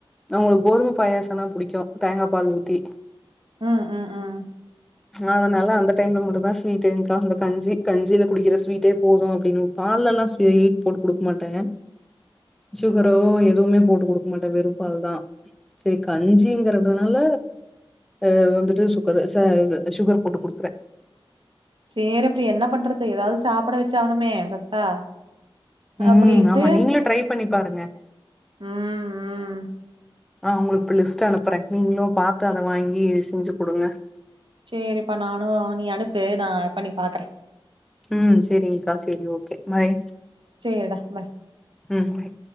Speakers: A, in the centre; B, on the right.
A: அவுங்களுக்கு கோதும பாயாசோன்னா புடிக்கு தேங்கா பால் ஊத்தி
B: ம் ம் ம்
A: அதனால அந்த டைம்ல மட்டுதா ஸ்வீட்டுங்கா அந்த கஞ்சி கஞ்சியில குடிக்கிற ஸ்வீட்டே போது அப்டின்னு பால்லல்லா ஸ் ஸ்வீட் போட்டு குடுக்க மாட்ட சுகரோ எதுவுமே போட்டு குடுக்க மாட்ட வெறு பால் தா சரி கஞ்சிங்கறதுனால அ வந்துட்டு சுகரு ச இது சுகர் போட்டு குடுக்குற
B: சேர் அப்றோ என்ன பண்றது ஏதாவது சாப்ட வச்சாவனுமே சத்தா
A: ம்
B: அப்டின்ட்டு
A: ஆமா நீங்களு ட்ரை பண்ணி பாருங்க
B: ம் ம்
A: அ உங்களுக்கு இப்ப லிஸ்ட் அனுப்புற நீங்களு பாத்து அத வாங்கி செஞ்சு குடுங்க
B: செரிப்பா நானு நீ அனுப்பு நா பண்ணி பாக்குற
A: ம் செரிங்கக்கா சரி ஓகே பாய்
B: சேரிடா பாய்
A: ம் பாய்